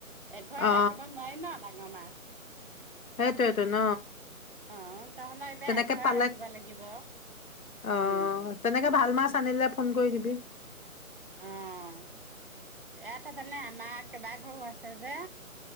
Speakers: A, on the right (about 40°); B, on the left (about 70°).
A: এঘৰে
B: অ
A: ৰাখিব নোৱাৰি ন ডাঙৰ মাছ।
B: সেইটো এইটো ন।
A: অ', তহতৰ এতিয়া
B: তেনেকে
A: এঘৰে
B: পালে
A: ৰাখিব লাগিব।
B: অ
A: উম,
B: তেনেকে ভাল মাছ আনিলে ফোন কৰি দিবি।
A: অ' ইয়াতে মানে আমাৰ কেইবাঘৰো আছে যে।